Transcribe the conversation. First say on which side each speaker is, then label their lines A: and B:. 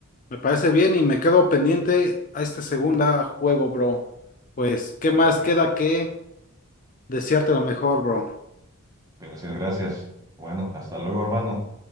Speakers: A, on the left; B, on the right.
A: Me parece bien y me quedo pendiente a este segundo juego, bro. Pues, ¿qué
B: Perfecto.
A: más queda que desearte lo mejor, bro?
B: Gracias, gracias. Bueno, hasta luego, hermano.